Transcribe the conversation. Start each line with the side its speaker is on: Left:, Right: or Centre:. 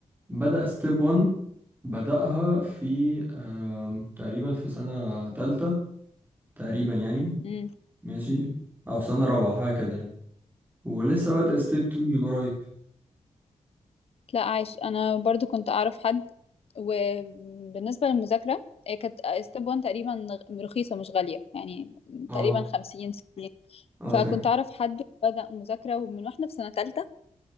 Right: بدأ ستيب 1 بدأها في آم، تقريبا في سنة تالتة تقريبا يعني
Left: امم
Right: ماشي او سنة رابعة حاجة كده يعني ولسه بادئ ستيب 2 من قريب
Left: لا عايش انا برضو كنت اعرف حد وبالنسبه للمذاكره هي كانت ستيب 1 تقريبا غ- رخيصه مش غاليه يعني
Right: اه
Left: تقريبا 50 60
Right: اه
Left: فكنت اعرف حد بدأ مذاكره من واحنا في سنه ثالثه